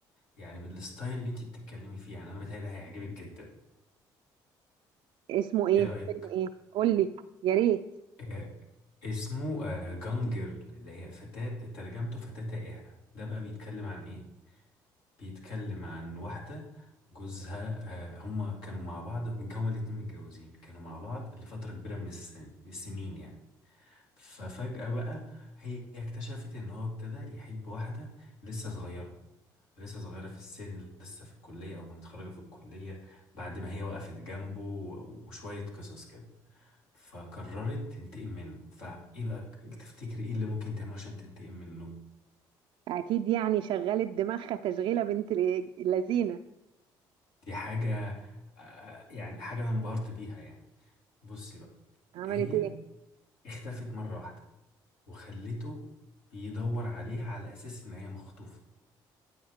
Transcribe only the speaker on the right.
اسمه ايه
فيلم ايه قول لي يا ريت
اكيد يعني شغلت دماغها تشغيله بنت ال- اللذينه
عملت
ايه